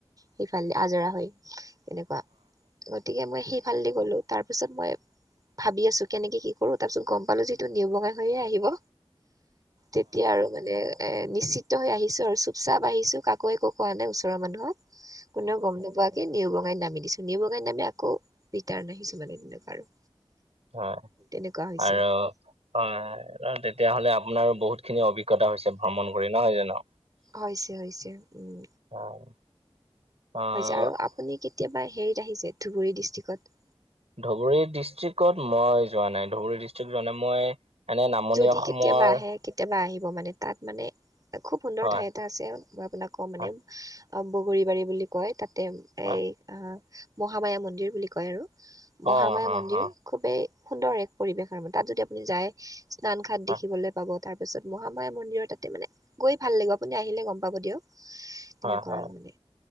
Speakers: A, on the right; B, on the right.
A: সিফালেদি আজৰা হৈ, তেনেকুৱা গতিকে মই সিফালেদি গলোঁ তাৰপিছত মই ভাবি আছোঁ কেনেকে কি কৰোঁ। তাৰপিছত গম পালোঁ যিহেতু নিউ বঙাই হৈয়ে আহিব তেতিয়া আৰু মানে এ নিশ্চিত হৈ আহিছোঁ আৰু চুপ-চাপ আহিছোঁ কাকো একো কোৱা নাই ওচৰৰ মানুহক। কোনেও গম নোপোৱাকে। নিউ বঙাইত নামি দিছোঁ, নিউ বঙাই নামি আকৌ ৰিটাৰণ আহিছো মানে তেনেকুৱা আৰু।
B: হয়।
A: তেনেকুৱা হৈছে
B: আৰু হয় কাৰণ তেতিয়াহলে আপোনাৰো বহুতখিনি অভিজ্ঞতা হৈছে ভ্ৰমণ কৰি নহয় জানোঁ।
A: হৈছে, হৈছে, উম।
B: হয়। আহ
A: হৈছে আৰু আপুনি কেতিয়াবা হেৰিত আহিছে ধুবুৰী ডিষ্ট্ৰিক্ট?
B: ধুবুৰী ডিষ্ট্ৰিক্টত মই যোৱা নাই। ধুবুৰী ডিষ্ট্ৰিক্ট যোৱা নাই মই এনেই নামনি
A: যদি
B: অসমৰ
A: কেতিয়াবা আহে কেতিয়াবা আহিব মানে তাত মানে, খুব সুন্দৰ
B: হয়
A: ঠাই এটা আছে। মই আপোনাক কওঁ মানে,
B: হয়
A: এ বগৰীবাৰী বুলি কয় তাতে
B: হয় হয়।
A: এ অহ মহামায়া মন্দিৰ বুলি কয় আৰু মহামায়া
B: অ' হ
A: মন্দিৰ
B: হ
A: খুবেই সুন্দৰ এক পৰিৱেশ আৰু মানে। তাত যদি আপুনি যায় স্নান ঘাট
B: হয়
A: দেখিবলৈ পাব। তাৰপিছত মহামায়া মন্দিৰৰ তাতে মানে গৈ ভাল লাগে, আপুনি আহিলে গম পাব দিয়ক। তেনেকুৱা
B: হয় হয়,
A: আৰু মানে